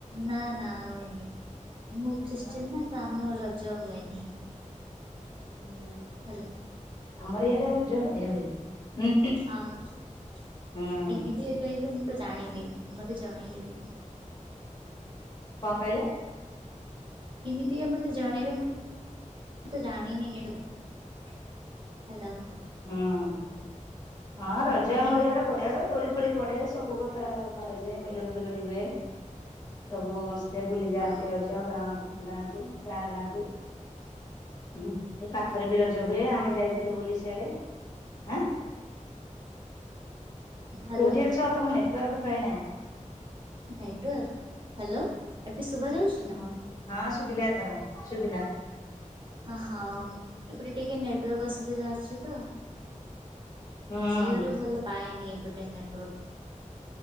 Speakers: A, on the right; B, on the left.
A: ନା- ନା ହୁଏନି ମୁଁ ଖ୍ରୀଷ୍ଟିୟାନ
B: ଆଉ
A: ନା ତ ଆମ ରଜ ରଜ ହୁଏନି।
B: <unintelligible>
A: ହାଲୋ।
B: ଆମର ଇଆଡେ ରଜ ବଢିଆ ହୁଏ। ହୁଁ
A: ଆମ୍-
B: ହୁଁ
A: କେମିତି ହୁଏ କହିବେ ମୁଁ ତ ଜାଣିନି ମତେ ଜଣେଇବେ ଟିକେ।
B: କଣ୍ କହିଲେ?
A: କେମିତି ହୁଏ ମତେ ଜଣେଇବେ ମୁଁ -ମୁଁ ତ ଜାଣିନି କେମିତି। ହାଲୋ।
B: ହୁଁ- ହଁ ରଜ
A: କେମ
B: ଆମର ଇଆଡେ ବ <unintelligible> ଦୋଳି ଫୋଳି ପଡେ ସବୁ କଥା କରାଯାଏ ମେଲୋଡି ଫେଲୋଡି ହୁଏ ସବୁ <unintelligible> ସେ ବୁଲିଯାଆନ୍ତି
A: ଅ
B: ରଜ ଗାଁ -ଗାଁକୁ ଗାଁ -ଗାଁକୁ।
A: ହୁଁ
B: ହୁଁ- ଏ ପାଖରେ ବି ରଜ ହୁଏ ଆମେ ଯାଇଥିଲୁ ବୁଲି ସିଆଡେ। ଆଁ
A: ହ୍ୟାଲୋ
B: କଉଠି ଅଛ ତମ ନେଟୱାର୍କ ପ୍ରାୟ ନାହିଁ।
A: ନେଟୱାର୍କ୍ ହାଲୋ ଏବେ ଶୁବାଯାଉଚି।
B: ହଁ। ହଁ ଶୁବିଲା ଏଥର ଶୁବିଲା।
A: ହଁ ହଁ। ଏପଟେ ଟିକେ ନେଟୱାର୍କ ଅସୁବିଧା ଅଛି ତ।
B: ହୁଁ।
A: ଜିଓର ଭଲ ପାଏନି ଏପଟେ ନେଟୱାର୍କ।